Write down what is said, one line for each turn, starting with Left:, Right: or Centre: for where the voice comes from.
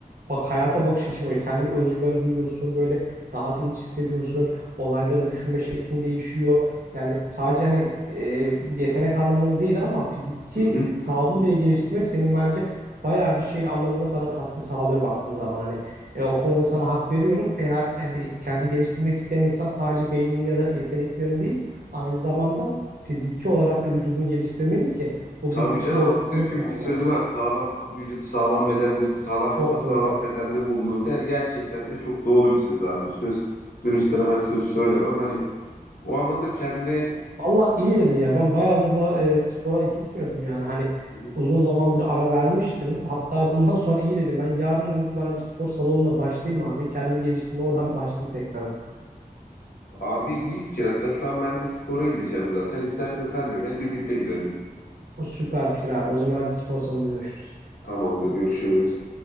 Right: bak hayata bakış açım böyle kendine özgüven duyuyorsun böyle daha dinç hissediyorsun olayları düşünme şeklin değişiyor yani sadece hani e, yetenek anlamında değil ama fiziki
Left: Hı hı.
Right: sağlığını bile geliştirmek senin bence bayağı bir şey anlamında sana katkı sağlıyor baktığın zaman hani e, o konuda sana hak veriyorum eğer yani kendi geliştirmek isteyen insan sadece beynini ya da yeteneklerini değil aynı zamanda fiziki olarak da vücudunu geliştirmeli ki bu
Left: Tabii
Right: bir bütün
Left: canım
Right: olduğunu
Left: Atatürk'ün
Right: unutmamalı
Left: bir sözü
Right: bence
Left: var. Sağlam vücut sağlam bedende, sağlam
Right: çok
Left: kafa sağlam
Right: doğru
Left: bedende bulunur. Yani gerçekten de çok doğru bir söz abi. Bu söz dönüştüre ben söz söylemem. Hani o anlamda kendine
Right: Valla iyi dedin ya. Ben bayağıdır da e, spora gitmiyordum yani. Hani
Left: Hı hı.
Right: uzun zamandır ara vermiştim. Hatta bundan <laughs> sonra iyi dedim. Ben yarından itibaren bir spor salonunda başlayayım abi. Kendimi geliştirmeye oradan başlayayım tekrardan.
Left: abi iyi fikir. Hatta şu an ben de spora gideceğim zaten. İstersen sen de gel birlikte gidelim.
Right: O süper fikir abi. O zaman hadi spor salonunda görüşürüz.
Left: Tamamdır görüşürüz.